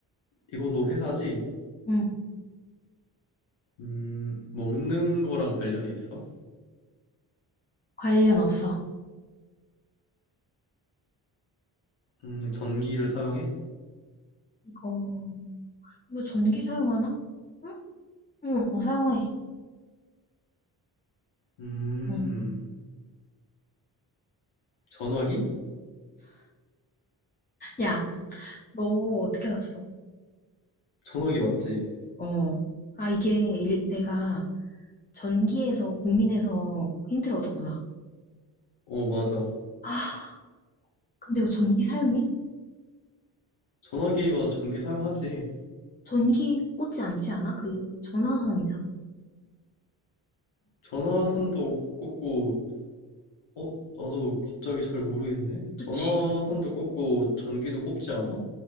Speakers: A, on the left; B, on the left.
A: 이거도 회사지?
B: 응.
A: 음, 먹는 거랑 관련이 있어?
B: 관련 없어.
A: 음, 전기를 사용해?
B: 이거 이거 전기 사용하나? 응? 응. 어, 사용해.
A: 음,
B: 응.
A: 전화기?
B: 야, 너 어떻게 알았어?
A: 전화기 맞지?
B: 어. 아, 이게 일- 내가 전기에서 고민해서 힌트를 얻었구나.
A: 어, 맞아.
B: 아, 근데 이거 전기 사용해?
A: 전화기가 전기 사용하지.
B: 전기 꽂지 않지 않아? 그 전화선이잖아.
A: 전화선도 꽂고, 어? 나도 갑자기 잘 모르겠네?
B: 그치.
A: 전화선도 꽂고, 전기도 꽂지 않아?